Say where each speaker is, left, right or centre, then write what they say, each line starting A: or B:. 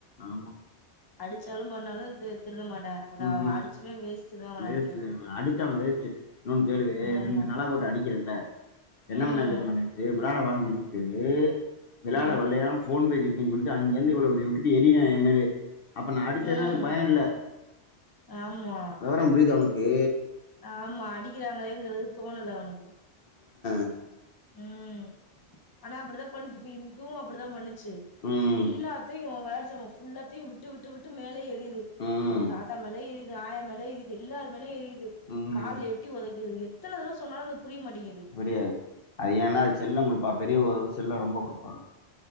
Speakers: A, on the left; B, on the left.
A: ஆமா.
B: அடிச்சாலும் பண்ணாலு தி திருந்த மாட்டா அத
A: ம்ஹூம்
B: அவ அடிச்சுமே வேஸ்ட் தா அவன
A: வேஸ்ட்டு
B: அடிக்கிறது
A: அடிச்சாலு வேஸ்ட்டு இன்னொன்னு கேளுவே
B: ஆமா
A: ரெண்டு நாளா போட்டு அடிக்கிற இல்ல என்ன
B: ம்
A: பண்ணா தெரியுமா நேத்து விளாட வான்னு சொல்லிப்பு ட்டு வெளையாட
B: ம்
A: வர்லயா ஃபோன் பேசிட் ருக்கேன்னு சொல்ட்டு அங்கிருந்து இவ்ளோ பெரிய விட்டுட்டு எறியறா எம்மேலயே அப்ப நா அடிச்சன்னா
B: ம்
A: அதுக்கு பயோ இல்ல
B: ஆமா
A: விவரம் புரியுதா உனக்கு?
B: ஆமா அடிக்கிறாங்களேங்கிறது தோணல அவனு க்கு
A: அ
B: ம் ஆனா அப்பிடிதா பண்ணுது இப்ப இது இதுவு அப்பிடிதா பண்ணு ச்சு
A: ம்.
B: எல்லாத்தையு வெளையாட்டு ஜாமா ஃபுல்லாத்தையு விட்டு விட்டு விட்டு மேலயே எறி யுது
A: ம்.
B: அவுங்க தாத்தா மேல எறி யுது ஆயா மேல எறியுது எல்லாரு மேல எறியு து
A: ம்.
B: கால்ல எட்டி ஒதைக்கிது எ எத்தன தடவ சொன்னாலு புரியமாட்டிங்குது
A: புரியாது. அது ஏன்னா அது செல்லங் குடுப்பா பெரியவுக அது செல்ல ரொம்ப குடுப்பா அ